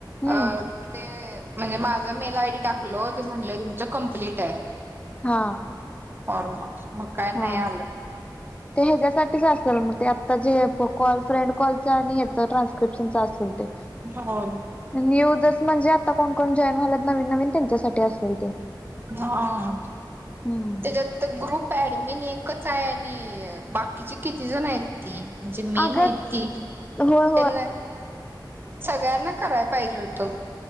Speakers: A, on the left (about 15°); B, on the right (about 30°).
A: हम्म
B: अ ते म्हणजे माझा मेल आय डी टाकलो ते म्हटलं तुमच कमप्लीट आहे.
A: हा.
B: फॉर्म. मग काय नाही
A: हा
B: आलं
A: ते ह्याच्यासाठीच असेल मग ते आ जे कॉल फ्रेंड कॉलचा आणि ह्याचा ट्रान्स्क्रिप्शनचा अस चालते
B: हो
A: नी यूजर म्हणजे आता कोण कोण जॉईन झालेत नवीन नवीन त्यांच्यासाठी असेल ते.
B: हा
A: हम्म
B: त्याच्यात ग्रुप ऍडमिन एकच आहे आणि बाकीची किती जण आहेत ती म्हणजे मेन
A: अगं
B: आहेत ती
A: होय होय
B: त्यांना सगळ्यांना करायला पाहिजे होतं.